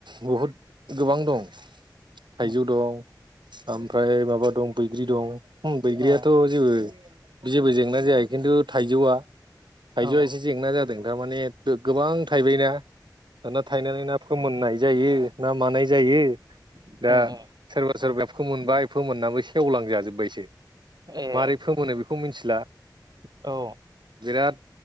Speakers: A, on the right; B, on the right.
A: बहुद गोबां दं <inaudible> थाइजौ
B: उम
A: दं ओमफ्राय माबा दं बैग्रि दं बैग्रियाथ'
B: ए
A: जेबो जेबो जाय जेंना जाय खिन्थु थाइजौआ थाइजौआ
B: औ
A: एसे जेंना जादों थारमाने गोबां थाइबाय ना दाना थायनानै ना फोमोननाय जायो ना मानाय जायो
B: ए
A: दा सोरबा सोरबाया फोमोनबाय फोमोनाबो सेवलांजाजोब्बाय ए
B: ए
A: मारै फोमोनो बेखौ मिथिला
B: औ
A: बिराद